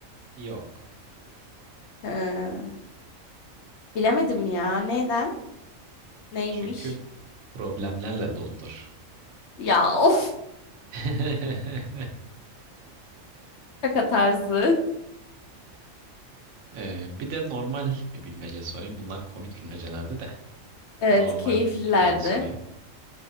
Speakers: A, on the right; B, on the left.
A: Yok.
B: He, bilemedim ya. Neden? Neymiş?
A: Çünkü problemlerle doludur.
B: Ya of.
A: <laughs>
B: Şaka tarzı.
A: Ee, bir de normal bir bilmece sorayım. Bunlar komik bilmecelerdi de.
B: Evet,
A: Normal
B: keyiflilerdi.
A: bir tane sorayım.